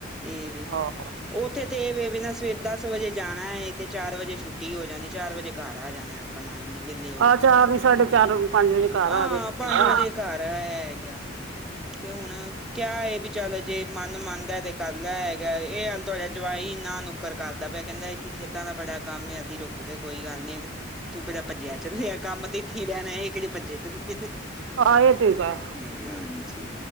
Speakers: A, in the centre; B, on the right.
A: ਏ, ਵੇ।
B: ਹਾਂ
A: ਔਥੇ ਤੇ ਏ ਵੇ ਵੀ ਨਾ, ਸਵੇ ਦਸ ਵਜੇ ਜਾਣਾ ਏ, ਤੇ ਚਾਰ ਵਜੇ ਛੁੱਟੀ ਹੋ ਜਾਣੀ। ਚਾਰ ਵਜੇ ਕਾਰ ਆ ਜਾਣਾ ਅਪਣਾ, ਏਨੇ ਵੇਲੇ ਹੋ
B: ਆ
A: ਕੇ,
B: ਚਾਰ ਨੀ ਸਾਢੇ ਚਾਰ ਪੰਜ ਵਜੇ ਘਰ
A: ਆਂ
B: ਆ ਜੇ
A: ਪੰਜ
B: ਹਾਂ
A: ਵਜੇ ਕਰ ਆਯਾ ਅਗਿਆ, ਤੇ ਹੁਣ ਕਿਆ, ਏ ਵੀ ਚੱਲ ਜੇ, ਮਨ ਮੰਨਦਾ ਤੇ ਕਰਲੈ ਹੈਗਾ। ਏ ਹੱਲ ਤੁਆਡਾ ਜਵਾਈ ਨਾ-ਨੂੰ ਕਰ ਕਰਦਾ ਪਿਆ, ਕੈਂਦਾ ਏੱਥੇ ਖੇਤਾਂ ਦਾ ਬੜਾ ਕੰਮ ਏ, ਹਲੀ ਰੁਕ ਕੇ ਕੋਈ ਗੱਲ ਨੀ ਤੂੰ ਕੇੜਾ ਪਜਿਆ ਚੱਲਿਆ, ਕੰਮ ਤੇ ਏੱਥੇ ਰੈਣਾ, ਇਹ ਕੇੜੇ ਭੱਜੇ ਚੱਲੇ ਨੇ।
B: ਹਾਂ, ਇਹ ਠੀਕ ਹੈ।
A: ਹਾਂਜੀ,